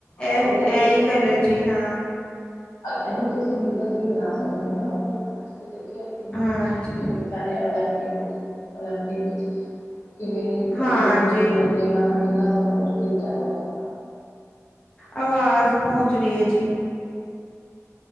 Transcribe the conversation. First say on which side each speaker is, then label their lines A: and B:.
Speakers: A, on the left (about 20°); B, on the left (about 75°).
A: ਇਹ
B: ਔਰ
A: ਵੀ
B: ਦੇਖੋ
A: ਐਈ ਗੱਲ ਐ ਜੀ ਹਾਂ।
B: ਇਹਨੂੰ ਤੁਸੀਂ ਬਿਜ਼ਨਸ ਵੀ ਬਣਾ ਸਕਦੇ ਹੋ ਆਪਣਾ ਦੇਖਿਆ ਕਿ
A: ਹਾਂਜੀ
B: ਜਿਵੇਂ ਸਾਡੇ ਓਲੰਪਿਕ ਹੋਦੇ ਓਲੰਪਿਕ ਵਿੱਚ ਕਿਵੇ ਵੱਡੀ
A: ਹਾਂਜੀ
B: ਵਡੀ ਅਹ ਵਾਲੀ ਗੇਮਾ ਨਾਲ ਸਪੋਰਟ ਕੀਤਾ ਜਾਂਦਾ ਹੈ। ਨਾ
A: ਆਵਾਜ਼ ਗੂੰਜ ਰਹੀ ਹੈ ਜੀ